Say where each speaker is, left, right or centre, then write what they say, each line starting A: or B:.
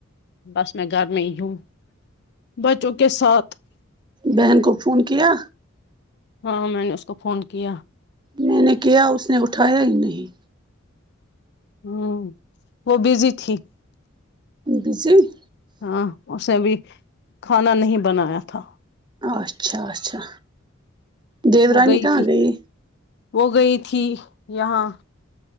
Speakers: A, on the left (about 55°); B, on the right (about 20°).
A: بس میں گھر میں ہوں <unintelligible> بچوں کے ساتھ <unintelligible>
B: بہن کو فون کیا
A: ہاں میں نے اس کو فون کیا
B: میں نے کیا اس نے اٹھایا ہی نہیں
A: ہوں وہ بزی تھی <unintelligible>
B: بزی <unintelligible>
A: ہاں اس سےے بھی <unintelligible> کھانا نہیں بنایا تھا <unintelligible>
B: اچھا اچھا دی
A: وہ
B: رانی کہاں
A: تھی
B: گئی
A: وہ گئی تھی یہاں